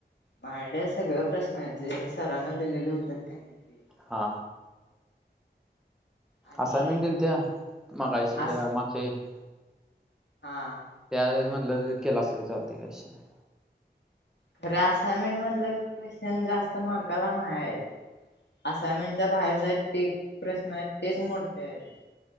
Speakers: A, on the left; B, in the centre.
A: माझ्याकडे सगळं -- प्रश्न आहेत जे सरांना दिलेले होत का नाही ते --
B: हा.
A: आणि
B: असायनमेंट दिलत्या मगाशी
A: अस
B: अ मागच्या वेळी --
A: हा.
B: त्यामधलं म्हटलं केलास तरी चालतयं काय विषय नाही.
A: खरं असायनमेंट मधले क्वेश्चन जास्त मार्काला नाही हाईत. असइनमेंटच्या बाहेर जे प्रश्न आहेत तेच मोठे आहेत.